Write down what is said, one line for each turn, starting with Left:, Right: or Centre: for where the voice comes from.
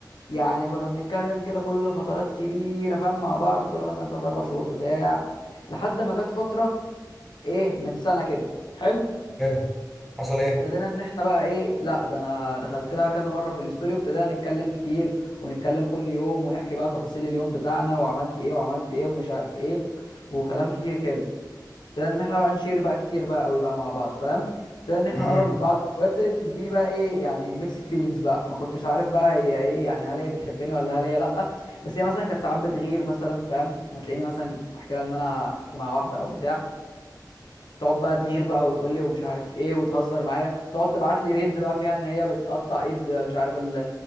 Left: يعني كنا بنتكلم كده كل فترات كبيره فاهم مع بعض كل مثلا 3 4 شهور بتاع لحد ما جت فتره ايه من سنه كده حلو
Centre: حلو حصل ايه
Left: ابتدينا ان احنا بقى ايه لا ده انا دخلت لها كذا مره في الاستوري وابتدينا نتكلم كتير ونتكلم كل يوم ونحكي بقى تفاصيل اليوم بتاعنا وعملت ايه وعملت ايه ومش عارف ايه وكلام كتير كده ابتدينا ان احنا بقى نشير بقى كتير بقى قوي بقى مع بعض فاهم ابتدينا ان احنا
Centre: امم
Left: نقرب من بعض وهي ابتدت تديني بقى ايه يعني ميكسد فيلينجز بقى ما كنتش عارف بقى هي ايه يعني هل هي بتحبني ولا هل هي لا بس هي مثلا كانت ساعات بتغير مثلا فاهم ما تلاقيني مثلا احكي لها ان انا كنت مع واحده او بتاع تقعد بقى تغير بقى وتقول لي ومش عارف ايه وتهزر معايا تقعد تبعت لي ريلز بقى فيها ان هي بتقطع ايد مش عارف ال-